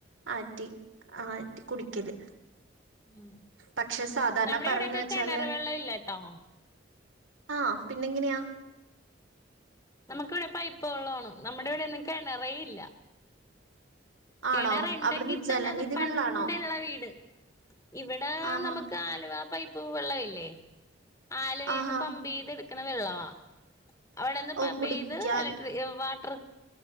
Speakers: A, on the right; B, on the left.
A: ആറ്റി യാറ്റി കുടിക്കല്.
B: ഉ..
A: പക്ഷെ സാധാരണ
B: നമ്മുടെയിവിടെയൊക്കെ
A: പറയുന്ന വെച്ചാല്
B: കിണർ വെള്ളമില്ലേട്ടോ.
A: ആഹ്.. പിന്നെയെങ്ങനയാ?
B: നമുക്കിവിടെ പൈപ്പുവെള്ളമാണ്. നമ്മുടെയിവിടെയൊന്നും കിണറേയില്ല. കിണറിണ്ടെങ്കിൽ
A: ആണോ? അവിടുന്ന് ജലനിധി
B: തന്നെയതു പണ്ടുള്ള
A: വെള്ളാണോ?
B: വീട്. ഇവിടെ
A: ആഹാ.
B: നമുക്ക് ആലുവാ. പൈപ്പുവെള്ളമില്ലേ, ആലുവേന്ന്
A: ആഹാ.
B: പമ്പുചെയ്തെടുക്കണ വെള്ളവാ. അവിടുന്ന്
A: ഓ
B: പമ്പ്
A: കുടിക്കാൻ
B: ചെയ്ത്. ഇലക്ട്രിക്ക്‌.. വാട്ടർ